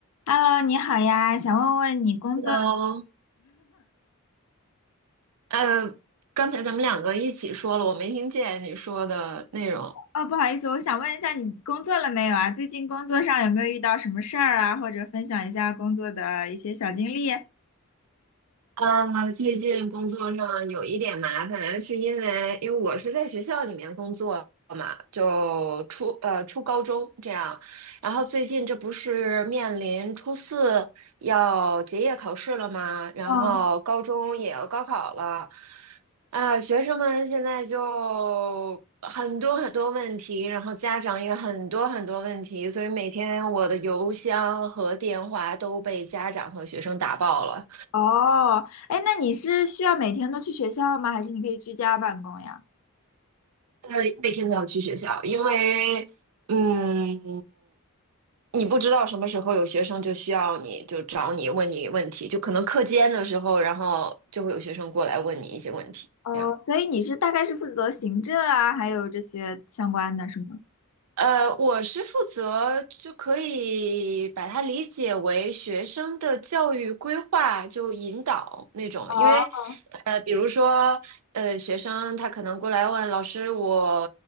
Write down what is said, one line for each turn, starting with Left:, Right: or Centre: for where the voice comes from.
Left: Hello，你好呀，想问问你工作了
Right: Hello，呃，刚才咱们两个一起说了，我没听见你说的内容。
Left: 哦，不好意思，我想问一下你工作了没有啊？最近工作上有没有遇到什么事儿啊？或者分享一下工作的一些小经历？
Right: 啊，最近工作上有一点麻烦，是因为因为我是在学校里面工作嘛，就初呃初高中这样，然后最近这不是面临初四要结业考试了吗？然后高中也要高考了，
Left: 嗯，
Right: 啊，学生们现在就很多很多问题，然后家长也很多很多问题，所以每天我的邮箱和电话都被家长和学生打爆了。
Left: 哦，哎，那你是需要每天都去学校吗？还是你可以居家办公呀？
Right: 呃，每天都要去学校，因为嗯，你不知道什么时候有学生就需要你，就找你问你问题，就可能课间的时候，然后就会有学生过来问你一些问题，
Left: 哦，
Right: 这样。
Left: 所以你是大概是负责行政啊，还有这些相关的是吗？
Right: 呃，我是负责就可以把它理解为学生的教育规划，就引导那种。
Left: 哦
Right: 因为，呃，比如说，呃，学生他可能过来问老师我，